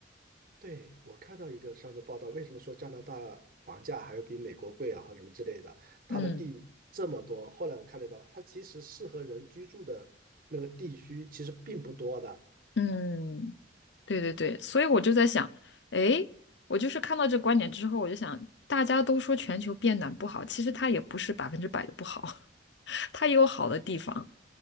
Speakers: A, on the right; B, on the left.
A: 对，我看到一个上的报道，为什么说加拿大房价还有比美国贵啊，或者什么之类的？
B: 嗯
A: 它的地这么多，后来我看了一报道，它其实适合人居住的那个地区其实并不多的。
B: 嗯，对对对，所以我就在想，诶，我就是看到这观点之后，我就想，大家都说全球变暖不好，其实它也不是百分之百的不好，<laughs> 它也有好的地方。